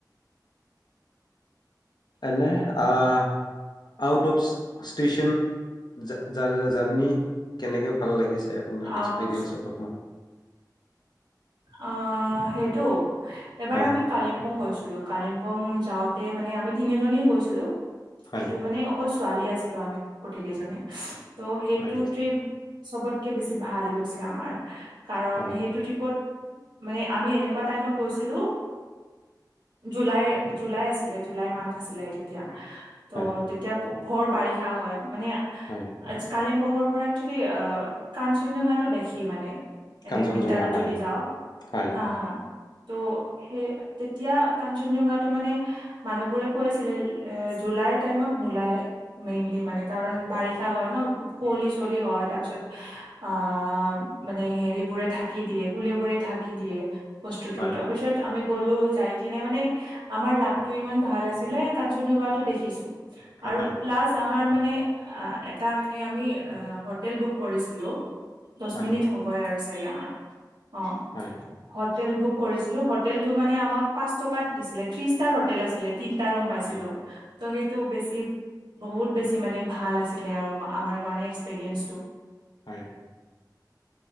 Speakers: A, on the left; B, on the right.
A: এনে আহ আউট অফ ষ্টেচন জা জাৰ জাৰ্ণি কেনেকে ভাল লাগিছে। আপোনাক
B: আউট
A: এক্সপিৰিয়েঞ্চ
B: অফ
A: অলপমান।
B: আহ সেইটো এবাৰ
A: হয়
B: আমি কালিম্পুং গৈছিলো কালিম্পং যাওঁতে মানে আমি তিনিজনীয়ে গৈছিলো
A: হয়
B: সেইটো মানে অকল স্কু- ছোৱালী আছিলো আমি গোটেই কেইজনী। ত'হ সেইটো
A: হয়
B: ট্ৰিপ সৱতকে বেছি ভাল গৈছিল। আমাৰ কাৰণ
A: হয়
B: সেইটো ট্ৰিপত মানে, আমি এনেকুৱা টাইমত গৈছিলো, জুলাই, জুলাই আছিলে, জুলাই মান্থ আছিলে সেইটো। তিয়া টো
A: হয়
B: তেতিয়া ভৰ বাৰিষা হয়, মানে
A: হয়
B: অ, কালিং অসমৰ পৰা একচেলি, কাঞ্চনজংঘাটো দেখি মানে। এনেই,
A: কাঞ্চনজুঙা
B: উইণ্টাৰত
A: হয়
B: যদি যাওঁ।
A: হয়
B: হা, হা। টো, সেই তেতিয়া কাঞ্চনজংঘাটো মানে মানুহবোৰে কৈ আছিলে, এ জুলাইৰ টাইমত নোলাই, মেইনলি মানে কাৰণ বাৰিষা হয় ন। কুঁৱলী, চোৱলি হয়। তাৰপিছত অ, মানে হেৰিবোৰে ধাকি দিয়ে, কুৱঁলী বোৰে। ধাকি দিয়ে। বস্তুতো,
A: হয়
B: তাৰপিছত আমি গ'লো, যাই কিনে মানে, আমাৰ লাকটো ইমান ভাল আছিলে, কাঞ্চনজংঘাটো দেখিছো। আৰু
A: হয়
B: প্লাছ আমাৰ। মানে, আ, এটা, মানে আমি হোটেল বুক কৰিছিলো।
A: হয়
B: দশ মিনিট হ'বই আৰু। ছাগে আমাৰ অ,
A: হয়
B: হটেল বুক কৰিছিলো, হোটেল টো মানে আমাক পাঁচ টকাত দিছিলে, থ্ৰী ষ্টাৰ হোটেল আছিলে। তিনটা ৰুম পাইছিলো।
A: হয়
B: সেইটো বেছি, বহুত বেছি মানে ভাল আছিলে, আৰু আমাৰ কাৰণে এক্সপেৰিয়েঞ্চটো।
A: হয়।